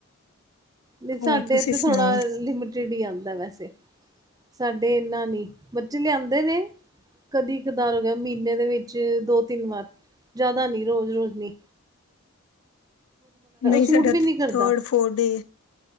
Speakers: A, on the right; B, on the left.
A: ਨਈ ਸਾਡੇ
B: ਹੋਰ ਤੁਸੀਂ
A: ਤੇ
B: ਸੁਣਾਓ
A: ਥੋੜਾ ਲਿਮਟਿਡ ਈ ਆਂਦਾ ਵੈਸੇ ਸਾਡੇ ਏਨਾ ਨੀ, ਬੱਚੇ ਲੇਯਾਂਦੇ ਨੇ ਕਦੀ ਕਦਾਰ ਹੋਗੇਆ, ਮੀਨੇ ਦੇ ਵਿੱਚ ਦੋ ਤਿੰਨ ਵਾਰ ਜਾਦਾ ਨੀ ਰੋਜ਼, ਰੋਜ਼ ਨੀ।
B: ਨਈ ਸਾਡਾ
A: ਸੂਟ ਵੀ ਨਹੀਂ ਕਰਦਾ
B: ਥਰਡ ਫੋਰ ਡੇ